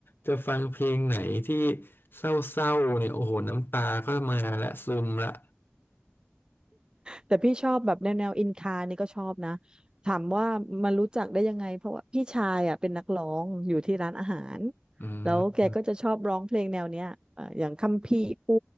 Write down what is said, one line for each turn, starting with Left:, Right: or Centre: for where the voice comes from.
Left: จะฟังเพลงไหนที่เศร้าๆเนี่ยโอ้โหน้ำตาก็มาและซึมละ
Right: แต่พี่ชอบแบบแนวแนวอินคานี่ก็ชอบนะถามว่ามันรู้จักได้ยังไงเพราะว่าพี่ชายอ่ะเป็นนักร้องอยู่ที่ร้านอาหาร
Left: อื
Right: แล้วแกก็จะชอบร้องเพลงแนวเนี้ยเอ่ออย่างคัมภีร์ปู
Left: ม